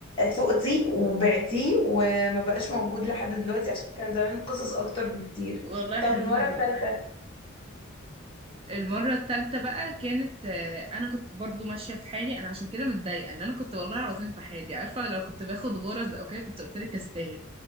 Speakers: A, on the left; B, on the right.
A: فقتي وبعتيه وما بقاش موجود لحد دلوقتي عشان كان زمان قصص اكتر بكتير
B: <laughs> والله
A: طب
B: حزينة
A: المره
B: جدا
A: الثالثه
B: المرة التالتة بقى كانت آه، أنا كنت برضو ماشية في حالي أنا عشان كده متضايقة إن أنا كنت والله العظيم في حالي عارفة لو كنت باخد غرز أو كده كنت قلت لك أستاهل